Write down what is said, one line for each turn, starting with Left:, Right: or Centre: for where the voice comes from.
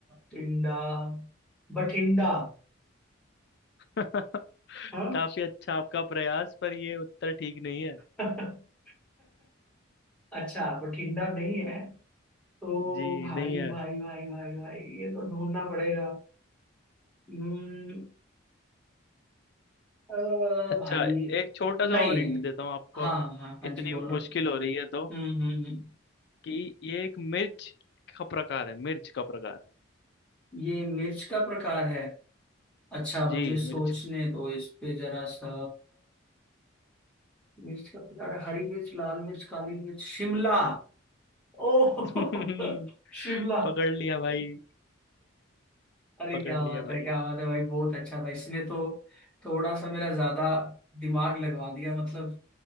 Centre: टिंडा बठिंडा
Left: <laughs>
Centre: हाँ
Left: काफी अच्छा आपका प्रयास पर ये उत्तर ठीक नहीं है
Centre: <laughs> अच्छा बठिंडा नहीं है तो
Left: जी
Centre: भाई
Left: नहीं है
Centre: भाई भाई भाई भाई ये तो ढूंढना पड़ेगा हम्म, अ,
Left: अच्छा
Centre: भाई
Left: एक छोटा सा
Centre: नहीं
Left: और हिंट देता हूँ आपको
Centre: हाँ हाँ हाँ हाँ
Left: इतनी
Centre: जी बोलो
Left: मुश्किल हो रही है
Centre: हम्म
Left: तो
Centre: हम्म हम्म।
Left: कि ये एक मिर्च का प्रकार है मिर्च का प्रकार
Centre: ये मिर्च का प्रकार है अच्छा मुझे
Left: जी
Centre: सोचने
Left: मिर्च
Centre: दो इस पे जरा सा मिर्च का प्रकार है, हरी मिर्च लाल मिर्च काली मिर्च शिमला ओह
Left: <laughs>
Centre: <laughs> शिमला
Left: पकड़ लिया भाई
Centre: अरे
Left: पकड़
Centre: क्या
Left: लिया
Centre: बात
Left: भाई
Centre: है क्या बात है भाई बहुत अच्छा था इसने तो थोड़ा सा मेरा ज्यादा दिमाग लगवा दिया मतलब